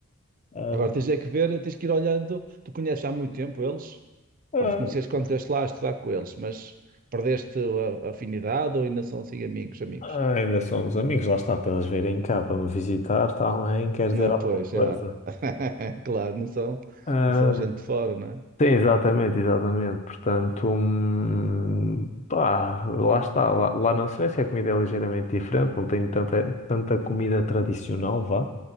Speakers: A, on the left (about 30°); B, on the right (about 40°).
A: Ah,
B: Agora tens é que ver, tens que ir olhando. Tu conheces há muito tempo eles?
A: ah,
B: Pá, te conheces quando estiveste lá a estudar com eles, mas perdeste a, a afinidade ou ainda são assim amigos, amigos?
A: Ah, ainda somos amigos, lá está, para eles virem cá para me visitar também, quer dizer
B: Não,
A: alguma
B: pois, já.
A: coisa.
B: <laughs> Claro, não são,
A: Ah,
B: não são gente de fora, não é?
A: sim, exatamente, exatamente. Portanto, hum, pá, lá está, lá, lá na Suécia a comida é ligeiramente diferente, não tem tanta, tanta comida tradicional, vá.